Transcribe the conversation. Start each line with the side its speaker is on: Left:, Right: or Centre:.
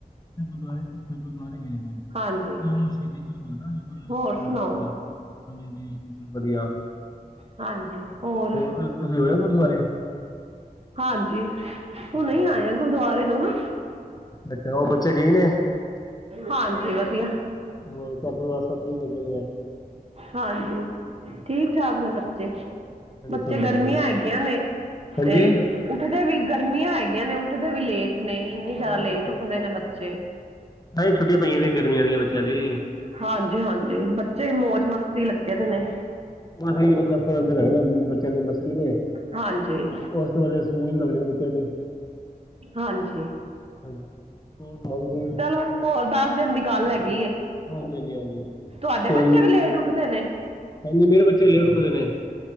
Left: ਗੁਰਦੁਆਰੇ ਗੁਰਦੁਆਰੇ ਗਏ ਨੇ
Right: ਹਾਂਜੀ
Left: ਉਹ ਸ਼ਹੀਦੀ ਗੁਰੂ ਹੈ ਨਾ ਗੁਰੂ ਅਰਜਨ
Right: ਹੋਰ
Left: ਦੇਵ ਮਹਾਰਾਜ
Right: ਸੁਣਾਓ
Left: ਜੀ ਦਾ। ਹਾਂਜੀ- ਹਾਂਜੀ ਸਬ ਵਧੀਆ।
Right: ਹਾਂਜੀ ਹੋਰ।
Left: ਤੁਸੀਂ ਹੋਏ ਗੁਰਦੁਆਰੇ।
Right: ਹਾਂਜੀ ਹੁਣੇ
Left: ਅੱਛਾ ਅੱਛਾ
Right: ਆਏ ਆ ਗੁਰਦੁਆਰੇ ਤੋ ਨਾ।
Left: ਅੱਛਾ ਉਹ ਬੱਚੇ ਠੀਕ ਨੇ।
Right: ਹਾਂਜੀ ਵਧੀਆ।
Left: <unintelligible>
Right: ਹਾਂਜੀ ਠੀਕ ਠਾਕ ਨੇ ਬੱਚੇ।
Left: ਹਾਂਜੀ
Right: ਬੱਚੇ
Left: ਸਭ ਵਧੀਆ
Right: ਗਰਮੀਆਂ
Left: ਜੀ
Right: ਹੈਗੀਆਂ ਨੇ
Left: ਹਾਂਜੀ
Right: ਤੇ। ਉੱਠਦੇ ਵੀ ਗਰਮੀਆਂ ਹੈਗੀਆਂ ਨੇ ਉੱਠਦੇ ਵੀ ਲੇਟ ਨੇ ਇੰਨੀ
Left: ਹਾਂ।
Right: ਜ਼ਿਆਦਾ ਲੇਟ ਉੱਠਦੇ ਨੇ ਬੱਚੇ।
Left: ਤਾਂਹੀ ਛੁੱਟੀਆਂ ਪਈਆਂ ਨੇ ਗਰਮੀਆਂ ਦੀਆਂ ਬੱਚਿਆਂ ਦੀ
Right: ਹਾਂਜੀ-ਹਾਂਜੀ ਬੱਚੇ ਮੌਜ ਮਸਤੀ। ਲੱਗੇ ਦੇ ਨੇ।
Left: ਏਹੀ ਦੱਸ ਪੰਦਰਾਂ ਦਿਨ ਹੈਗੇ ਨੇ ਬੱਚਿਆਂ ਦੀ ਮਸਤੀ ਦੇ।
Right: ਹਾਂਜੀ।
Left: ਉਸ ਤੋਂ ਬਾਦ ਸਕੂਲ ਲਗਨੇ ਬੱਚਿਆ ਦੇ।
Right: ਹਾਂਜੀ।
Left: ਹਾਂਜੀ ਹੋਰ ਸੁਣਾਓ ਜੀ।
Right: ਚਲੋ ਹੋਰ ਦਸ ਦਿਨ ਦੀ ਗੱਲ ਹੈਗੀ ਏ
Left: ਹਾਂਜੀ ਹਾਂਜੀ ਹਾਂਜੀ
Right: ਤੁਹਾਡੇ
Left: ਤੇ
Right: ਬੱਚੇ ਵੀ ਲੇਟ ਉੱਠਦੇ ਨੇ।
Left: ਹਾਂਜੀ ਮੇਰੇ ਬੱਚੇ ਲੇਟ ਉੱਠਦੇ ਨੇ।